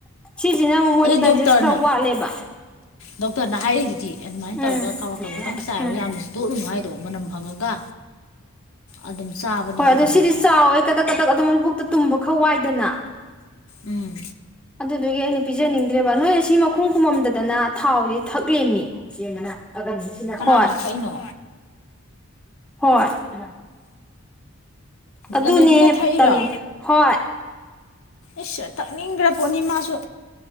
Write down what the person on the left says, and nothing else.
ꯑꯗꯨ
ꯗꯣꯛꯇꯔꯅ
ꯗꯣꯛꯇꯔꯅ ꯍꯥꯏꯔꯥꯛꯏꯗꯨꯗꯤ ꯑꯗꯨꯃꯥꯏꯅ
ꯇꯧꯔꯒ ꯀꯕ ꯀꯕꯛꯇꯪ ꯆꯥꯏꯔꯣ
ꯌꯥꯝꯅꯁꯨ ꯇꯣꯠꯂꯨꯅꯨ ꯍꯥꯏꯗꯣ ꯃꯅꯝ ꯐꯪꯉꯒ ꯑꯗꯨꯝ ꯆꯥꯕꯅꯤ
ꯍꯥꯏꯗꯣ
ꯃꯣꯏꯗꯤ꯫
ꯎꯝ꯫
ꯀꯅꯥꯅ
ꯊꯛꯏꯅꯣ
ꯂꯂꯩꯕꯤꯅ
ꯊꯛꯏꯔꯣ
ꯏꯁ ꯇꯛꯅꯤꯡꯈ꯭ꯔꯄ‌ꯣꯠꯅꯤ ꯃꯥꯁꯨ꯫